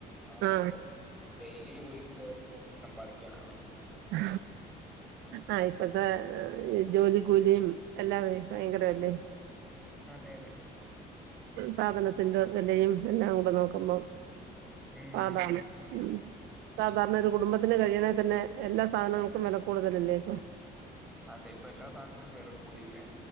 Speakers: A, in the centre; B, on the right (about 80°).
A: ആവൂല
B: ആ
A: ഡെയിലി ജോലിക്ക് പോ സമ്പാദിക്കാനാവില്ല
B: ആ ആഹ് ഇപ്പത്തെ ജോലി കൂലിയും എല്ലേ ഭയങ്കരമല്ലേ.
A: അതെ അതെ
B: സാധന ത്തിന്റെ വിലയും എല്ലാം കൂടെ നോക്കുമ്പോം
A: ഉം
B: പാടാണ്.
A: ഉം
B: മ്മ് സാധാരണ ഒരു കുടുംബത്തിന് കഴിയണെ തന്നെ. എല്ലാ സാധനങ്ങൾക്കും വില കൂടുതലല്ലേ ഇപ്പൊ.
A: അതെ ഇപ്പൊ എല്ലാ സാധനത്തിനും വില കൂടീലെ